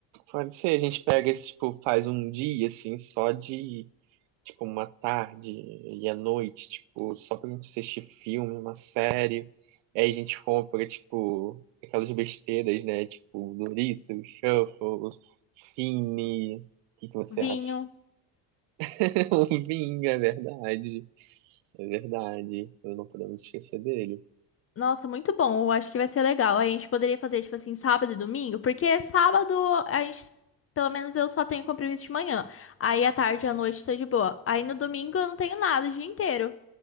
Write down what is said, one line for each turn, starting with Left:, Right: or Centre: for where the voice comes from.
Right: Pode ser. A gente pega esse, tipo, faz um dia, assim, só de, tipo, uma tarde e à noite, tipo, só pra gente assistir filme, uma série. Aí a gente compra, tipo, aquelas besteiras, né? Tipo, Doritos, Shuffles, Fini. O que que você
Left: Vinho.
Right: acha? <laughs> Um vinho, é verdade. É verdade. não podemos esquecer dele.
Left: Nossa, muito bom. Eu acho que vai ser legal. A gente poderia fazer tipo assim, sábado e domingo, porque sábado a gente Pelo menos eu só tenho compromisso de manhã. Aí à tarde e à noite tá de boa. Aí no domingo eu não tenho nada o dia inteiro.